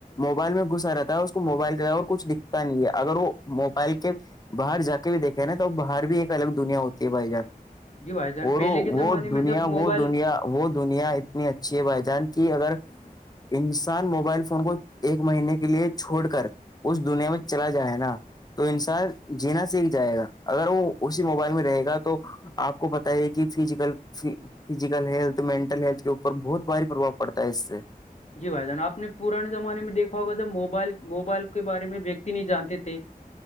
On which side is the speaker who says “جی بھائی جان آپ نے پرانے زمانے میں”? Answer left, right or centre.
Left